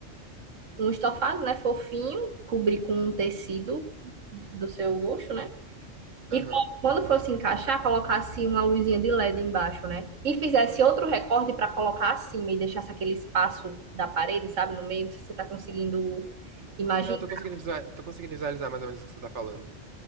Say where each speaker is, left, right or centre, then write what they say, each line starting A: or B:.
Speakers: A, on the right; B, on the right.
A: um estofado, né, fofinho, cobrir com um tecido do seu gosto, né? E
B: aham.
A: co- quando fosse encaixar, colocasse uma luzinha de LED embaixo, né? E fizesse outro recorte para colocar acima e deixasse aquele espaço da parede, sabe, no meio, se você tá conseguindo imaginar?
B: Não, eu tô conseguindo visualizar, tô conseguindo visualizar mais ou menos o que você tá falando.